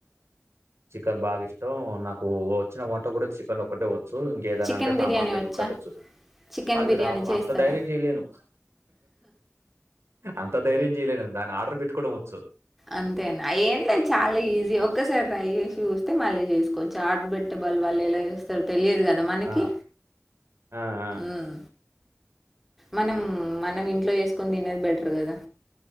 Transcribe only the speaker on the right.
చికెన్ బాగ ఇష్టం నాకు వచ్చిన వంట కూడ చికెన్ ఒకటే వ చ్చు ఇంకేదన
అంటే టమాట
ఎక్కువ
వచ్చు
అది
రావు
అంత ధైర్యం చేయలేను అంత ధైర్యం చేయలేను దాన్ని ఆర్డర్ పెట్టుకోవడం వచ్చు
ఆ! ఆ! ఆ!